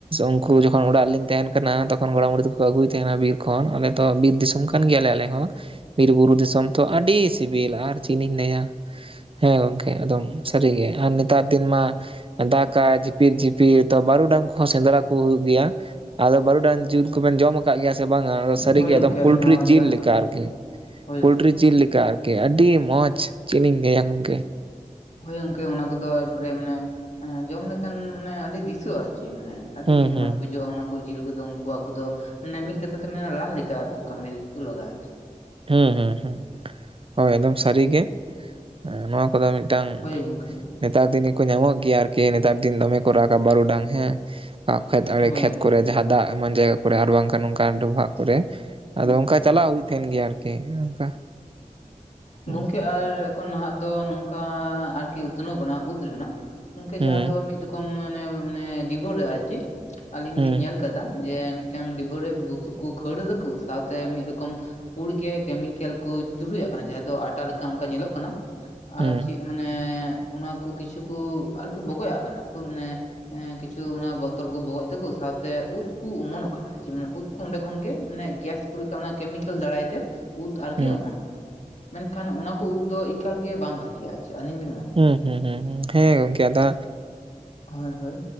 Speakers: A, on the right; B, on the left.
A: ᱩᱱᱠᱩ ᱡᱚᱠᱷᱚᱱ ᱚᱲᱟᱜ ᱨᱮᱞᱤᱧ ᱛᱟᱦᱮᱱ ᱠᱟᱱᱟ ᱛᱚᱠᱷᱚᱱ ᱜᱚᱲᱚᱢᱵᱩᱰᱦᱤ ᱛᱮᱠᱚ ᱟᱹᱜᱩᱭᱮᱫ ᱛᱟᱦᱮᱱᱟ ᱵᱤᱨ ᱠᱷᱚᱱ ᱟᱞᱮ ᱛᱚ ᱵᱤᱨ ᱫᱤᱥᱚᱢ ᱠᱟᱱᱟ, ᱠᱟᱱ ᱜᱮᱭᱟᱞᱮ ᱟᱞᱮ ᱦᱚᱸ ᱵᱤᱨᱼᱵᱩᱨᱩ ᱫᱤᱥᱚᱢ ᱛᱚ ᱟᱹᱰᱤ ᱥᱤᱵᱤᱞ ᱟᱨ ᱪᱮᱫᱞᱤᱧ ᱞᱟᱹᱭᱟ᱾ ᱦᱮᱸ ᱜᱚᱢᱠᱮ ᱮᱠᱫᱚᱢ ᱥᱟᱹᱨᱤᱜᱮ ᱟᱨ ᱱᱮᱛᱟᱨ ᱫᱤᱱ ᱢᱟ ᱫᱟᱜ ᱟᱭ ᱡᱷᱤᱯᱤᱨ ᱡᱷᱤᱯᱤᱨ ᱛᱚ ᱵᱟᱹᱨᱩᱰᱟᱝ ᱠᱚᱦᱚᱸ ᱥᱮᱸᱫᱽᱨᱟ ᱠᱚ ᱦᱩᱭᱩᱜ ᱜᱮᱭᱟ᱾ ᱟᱫᱚ ᱵᱟᱨᱩᱰᱟᱝ ᱡᱤᱞ ᱠᱚᱵᱮᱱ ᱡᱚᱢ ᱟᱠᱟᱫ ᱜᱮᱭᱟ ᱥᱮ ᱵᱟᱝ ᱟᱫᱚ ᱥᱟᱹᱨᱤᱜᱮ
B: ᱦᱳᱭ
A: ᱮᱠᱫᱚᱢ
B: ᱜᱚᱝᱠᱮ
A: ᱯᱳᱚᱞᱴᱨᱤ
B: ᱟᱹᱞᱤᱧ ᱦᱚᱸ
A: ᱡᱤᱞ
B: ᱡᱚᱢ
A: ᱞᱮᱠᱟ
B: ᱟᱠᱟᱫ ᱜᱮᱭᱟᱞᱤᱧ
A: ᱟᱨᱠᱤ᱾
B: ᱦᱳᱭ
A: ᱯᱳᱚᱞᱴᱨᱤ
B: ᱦᱳᱭ
A: ᱡᱤᱞ ᱞᱮᱠᱟ ᱟᱨᱠᱤ ᱟᱹᱰᱤ ᱢᱚᱸᱡᱽ ᱪᱮᱫ ᱞᱤᱧ ᱞᱟᱹᱭᱟ ᱜᱚᱢᱠᱮ᱾
B: ᱦᱳᱭ ᱜᱚᱝᱠᱮ ᱚᱱᱟ ᱠᱚᱫᱚ ᱮᱠᱵᱟᱨᱮ ᱢᱟᱱᱮ ᱦᱮᱸ ᱡᱚᱢ ᱞᱮᱠᱷᱟᱱ ᱢᱟᱱᱮ ᱟᱹᱰᱤ ᱫᱤᱥᱟᱹᱜᱼᱟ ᱟᱨ ᱪᱮᱫ ᱢᱟᱱᱮ ᱟᱹᱰᱤ
A: ᱦᱩᱸ ᱦᱩᱸ
B: ᱢᱚᱸᱡᱽ ᱵᱩᱡᱷᱟᱹᱜᱼᱟ ᱚᱱᱟ ᱡᱤᱞ ᱠᱚᱫᱚ ᱩᱱᱠᱩᱣᱟᱜ ᱠᱚᱫᱚ ᱢᱟᱱᱮ ᱢᱤᱫ ᱠᱟᱛᱷᱟ ᱛᱮ ᱢᱮᱱᱟ ᱨᱟᱱ ᱞᱮᱠᱟ ᱟᱨ ᱠᱟᱹᱢᱤ ᱨᱮᱜᱮ ᱠᱚ ᱞᱟᱜᱟᱜᱼᱟ ᱪᱮᱫ
A: ᱦᱮᱸ ᱦᱩᱸ ᱦᱸ ᱦᱳᱭ ᱮᱠᱫᱚᱢ ᱥᱟᱹᱨᱤ ᱜᱮ ᱮᱸ ᱱᱚᱣᱟ ᱠᱚᱫᱚ ᱢᱤᱫᱴᱟᱝᱼᱼ
B: ᱦᱳᱭ ᱜᱚᱝᱠᱮ ᱦᱳᱭ
A: ᱱᱮᱛᱟᱨ ᱫᱤᱱ ᱜᱮᱠᱚ ᱧᱟᱢᱚᱜ ᱜᱮᱭᱟ ᱟᱨᱠᱤ ᱱᱮᱛᱟᱨ ᱫᱤᱱ ᱫᱚᱢᱮ ᱠᱚ ᱨᱟᱜᱟ ᱵᱟᱨᱩ ᱰᱟᱝ ᱦᱮᱸ ᱠᱷᱮᱛ ᱟᱲᱮ
B: ᱦᱳᱭ
A: ᱠᱷᱮᱛ
B: ᱦᱳᱭ
A: ᱠᱚᱨᱮ ᱡᱟᱦᱟᱸ ᱫᱟᱜ ᱮᱢᱟᱱ ᱡᱟᱭᱜᱟ ᱠᱚᱨᱮ ᱟᱨ ᱵᱟᱝᱠᱷᱟᱱ ᱱᱚᱚᱱᱠᱟ ᱰᱚᱵᱷᱟᱜ ᱠᱚᱨᱮ ᱟᱫᱚ
B: ᱦᱩᱸ
A: ᱚᱱᱠᱟ ᱪᱟᱞᱞᱟᱣ ᱦᱩᱭᱩᱜ ᱛᱟᱦᱮᱱ ᱜᱮᱭᱟ ᱟᱨᱠᱤ ᱚᱱᱠᱟ᱾ ᱦᱩᱸ
B: ᱜᱚᱢᱠᱮ ᱟᱨᱼᱼ ᱠᱷᱚᱱ ᱱᱟᱦᱟᱜ ᱫᱚ ᱱᱚᱝᱠᱟ ᱟᱨᱠᱤ ᱩᱛᱱᱟᱹᱣ ᱠᱟᱱᱟ ᱩᱫ ᱨᱮᱱᱟᱜ ᱚᱝᱠᱮ
A: ᱦᱩᱸ
B: ᱡᱟᱦᱟᱸ ᱫᱚ ᱢᱤᱫᱼᱼ ᱟᱱ ᱰᱤᱵᱨᱼᱟ ᱟᱨ ᱪ ᱟᱞᱤᱧ
A: ᱦᱩᱸ
B: ᱞᱧ ᱧᱮᱞᱼᱼ ᱟᱠᱟᱫᱟ ᱡᱮ ᱢᱤᱫᱴᱟᱝ ᱰᱤᱵᱟᱹᱨᱮ ᱵᱩᱥᱩᱵ ᱠᱚ ᱠᱷᱟᱹᱲ ᱫᱫᱟᱠᱚ ᱥᱟᱶᱛᱮ ᱢᱤᱫ ᱨᱚᱠᱚᱢᱼᱼ ᱯᱩᱲᱜᱮ ᱠᱮᱢᱤᱠᱮᱞ ᱠᱚ ᱪᱩᱨᱩᱡᱟᱜ ᱠᱟᱱᱟ ᱡᱟᱦᱟᱸ ᱫᱚ ᱟᱴᱟ ᱞᱮᱠᱟ ᱚᱱᱠᱟ ᱧᱮᱞᱚᱜ ᱠᱟᱱᱟ ᱟᱨ
A: ᱦᱩᱸ
B: ᱪᱮᱼᱼ ᱢᱟᱱᱮ ᱚᱱᱟ ᱠᱚ ᱠᱤᱪᱷᱩᱠᱩ ᱟᱨ ᱠᱚ ᱵᱚᱜᱚᱡᱜ ᱠᱟᱱᱟ ᱠᱚ ᱢᱟᱱᱮᱼᱼ ᱮ ᱠᱤᱪᱷᱩ ᱚᱱᱟ ᱵᱳᱛᱚᱞ ᱠᱚ ᱠᱩ ᱵᱚᱜᱚᱡ ᱛᱟᱠᱚ ᱥᱟᱶᱛᱮ ᱩᱫᱠᱩ ᱚᱢᱚᱱᱚᱜ ᱠᱟᱱᱟ᱾ ᱟᱨ ᱪᱮ ᱩᱫ ᱠᱚ ᱚᱸᱰᱮ ᱠᱷᱚᱱᱜᱮ ᱢᱮ ᱜᱮᱥ ᱠᱚ ᱞᱮᱠᱟ ᱚᱱᱟ ᱠᱮᱢᱤᱠᱮᱞ ᱫᱟᱨᱟᱭᱛᱮᱼᱼ ᱩᱫ ᱟᱨᱜᱤ
A: ᱦᱩᱸ
B: ᱚᱢᱚᱱᱚᱜ ᱠᱟᱱᱟ ᱢᱮᱱᱠᱷᱟᱱ ᱚᱱᱟ ᱠᱚ ᱩᱫ ᱫᱚ ᱮᱠᱟᱞ ᱜᱮ ᱵᱟᱝ ᱵᱷᱟᱜᱮᱼᱟ ᱪᱮᱫ ᱟᱹᱞᱤᱧ ᱞᱤᱧ ᱢᱚᱱᱮᱼᱼ
A: ᱦᱩᱸ ᱦᱩᱸ ᱦᱩᱸ ᱦᱩᱸ ᱦᱮᱸ ᱜᱚᱝᱠᱮ ᱟᱫᱚᱼᱼ
B: ᱦᱳᱭ ᱦᱳᱭ